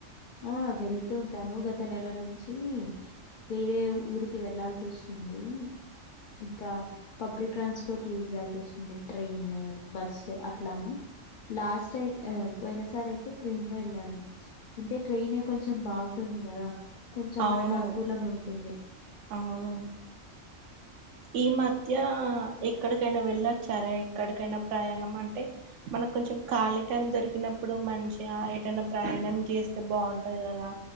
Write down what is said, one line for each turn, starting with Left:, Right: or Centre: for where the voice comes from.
Left: ఆ వెళ్తూ ఉంటాను గత నెల నుంచి వేరే ఊరికి వెళ్లాల్సి వస్తుంది. ఇంకా పబ్లిక్ ట్రాన్స్పోర్ట్ యూజ్ చేయాల్సి వస్తుంది. ట్రైన్, బస్ అట్లా అని లాస్ట్ అయితే ఆ పోయిన సారె తే ట్రైన్ లో వెళ్ళాలి అంటే ట్రైన్ కొంచెం బాగుంటుంది కదా కొంచెం
Right: అవును
Left: మనకు అనుకూలంగా ఉంటుంది
Right: అవును ఈ మధ్య ఎక్కడ ప్పుడైనా వెళ్ళొచ్చారా ఎక్కడికైనా ప్రయాణం అంటే మనకు కొంచెం ఖాళీ టైమ్ దొరికినప్పుడు మంచిగా ఎటైనా ప్రయాణం చేస్తే బాగుంటది కదా